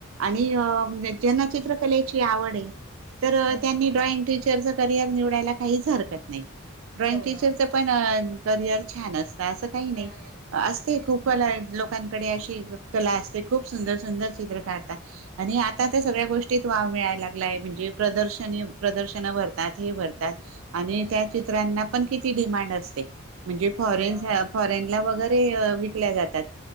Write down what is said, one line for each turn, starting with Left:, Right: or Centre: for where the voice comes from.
Right: आणि ज्यांना चित्रकलेची आवड आहे. तर
Centre: हं,
Right: त्यांनी ड्रॉइंग टीचरच करिअर निवडायला काहीच हरकत नाही. ड्रॉइंग
Centre: हो
Right: टीचरच
Centre: ना.
Right: पण करिअर छान असत असं काही नाही
Centre: हं.
Right: असते
Centre: हं,
Right: खूप
Centre: हं.
Right: मला लोक लोकांकडे अशी कला असते खूप सुंदर सुंदर चित्र काढतात. आणि आता
Centre: हं,
Right: त्या सगळ्या
Centre: हं.
Right: गोष्टीत वाव मिळाला. लागलाय म्हणजे प्रदर्शन हे प्रदर्शन भरतात हे भ रतात आणि
Centre: हं.
Right: त्या तिथ त्यांना पण किती डिमांड असते म्हणजे फॉरेन
Centre: हो ना.
Right: फॉरेनला वगैरे ते विकल्या जातात.